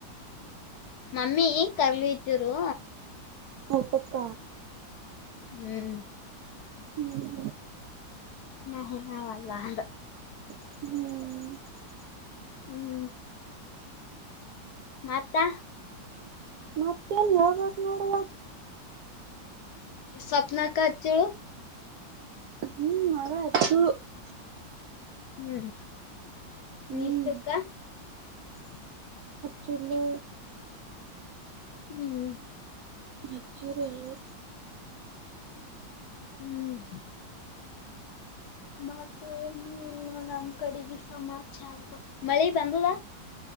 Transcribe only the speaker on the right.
ಮೂಊಟಕ್ಕ.
ಹ್ಮ್.
ಹ್ಮ್.
ಮತ್ತೆಲ್ಲಿ ಹೋಗಾಗ ನೋಡುವಾಗ.
ಹ್ಮ್ ಮಾರಚ್ಚು.
ಹ್ಮ್
ಚಿನ್ನು.
ಮಕ್ಕೂರು ಎಲ್ಲ.